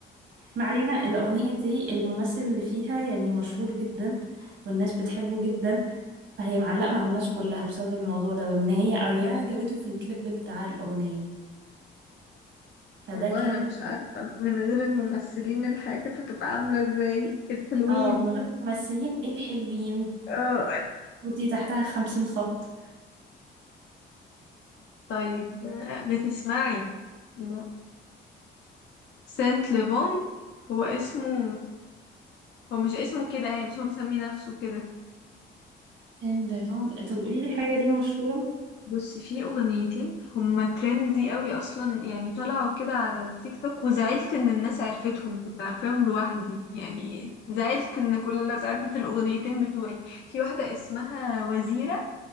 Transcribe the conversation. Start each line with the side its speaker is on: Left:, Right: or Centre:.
Right: ما علينا الأغنية دي الممثل اللي فيها يعني مشهور جدا والناس بتحبه جدا فهي معلقة مع الناس كلها بسبب الموضوع ده وإن هي أريانا جابته في الكليب بتاع الأغنية فده
Left: والله
Right: كان
Left: انا مش عارفة من غير الممثلين الحاجة تبقى عاملة ازاي الحلوين
Right: اه من غير الممثلين الحلوين
Left: اه
Right: خطي تحتها خمسين خط
Left: طيب آه، بتسمعي لا سانت ليفونت هو اسمه هو مش اسمه كده يعني بس هو مسمي نفسه كده
Right: And the found- طب قولي لي حاجة دي مشهورة
Left: بص في اغنيتين هما ترندي قوي اصلا يعني طلعوا كده على التيك توك وزعلت ان الناس عرفتهم كنت عارفاهم لوحدي يعني زعلت ان كل الناس عرفت الاغنيتين بتوعي في واحدة اسمها وزيرة